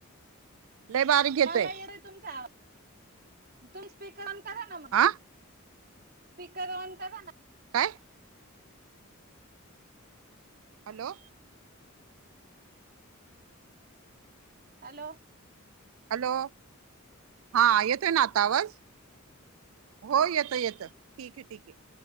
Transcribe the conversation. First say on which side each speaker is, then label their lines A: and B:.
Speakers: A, on the right (about 70°); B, on the right (about 45°).
A: लय बारीक येतोय
B: मला येतय तुमचा तुम् स्पीर ऑन करा ना मग.
A: हा
B: स्पीकर ऑन करा ना.
A: काय. हॅलो?
B: हॅलो?
A: हॅलो? हा, येतोय आहे ना, आता आवाज? हो, येतोय, येतोय, ठीक आहे, ठीक आहे.